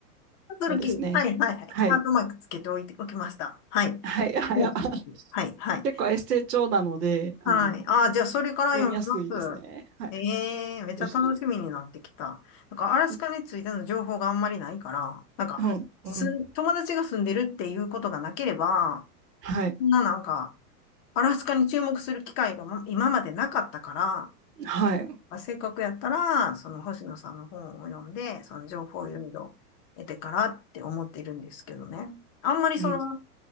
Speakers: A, on the left (about 40°); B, on the right (about 80°).
A: ハズルキー。
B: のですね。
A: はい、はい、はい。
B: はい。
A: ハートマークつけておいて、おきました。はい。
B: はい。<laughs> はい。
A: そうですはい、
B: あ <laughs>
A: はい。
B: 結構エッセイ調なので、あの、
A: はい。ああ、じゃあ、それから読みます。
B: 読みやすいですね。はい。
A: ええめっちゃ楽しみになってきた。
B: ぜひ。
A: なんか、アラスカについての情報があんまりないから、
B: い
A: なんか、
B: うん、
A: すん、
B: うん。
A: 友達が住んでるっていうことがなければ、
B: はい。
A: そんななんか、アラスカに注目する機会がま今までなかったから、
B: はい。
A: まあ、せっかくやったら、その星野さんの本を読んで、その情報をいろいろ得てからって思ってるんですけどね。あんまりその、
B: うん。